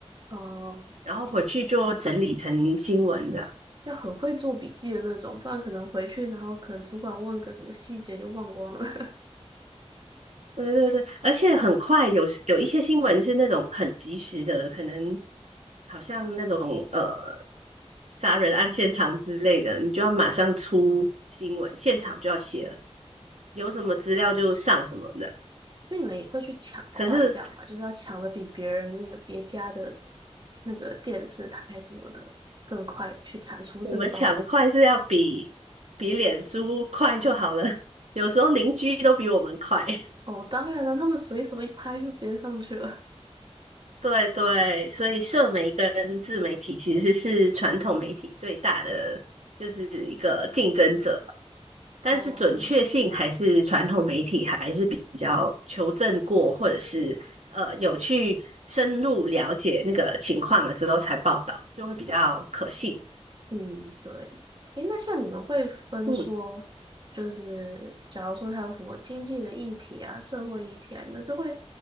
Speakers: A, on the right (about 40°); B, on the right (about 80°).
A: 哦，
B: 然后回去就整理成新闻的。
A: 要很会做笔记的那种，不然可能回去，然后可能主管问个什么细节就忘光了。<laughs>
B: 对对对，而且很快有有一些新闻是那种很及时的，可能好像那种呃杀人案现场之类的，你就要马上出新闻，现场就要写了，有什么资料就上什么的。
A: 哦，那你们也会去抢快这样吗？
B: 可是
A: 就是要抢的比别人那个别家的那个电视台什么的更快，去产出这个报道。
B: 我们抢快是要比比脸书快就好了，<laughs> 有时候邻居都比我们快。<laughs>
A: 哦，当然了，他们随手一拍就直接上去了。
B: 对对，所以社媒跟自媒体其实是传统媒体最大的就是一个竞争者，但是准确性还是传统媒体还是比较求证过，
A: 哦，
B: 或者是呃有去深入了解那个情况了之后才报道，就会比较可信。
A: 嗯，对。诶，那像你们会分说，
B: 嗯
A: 就是假如说他有什么经济的议题啊、社会议题啊，你们是会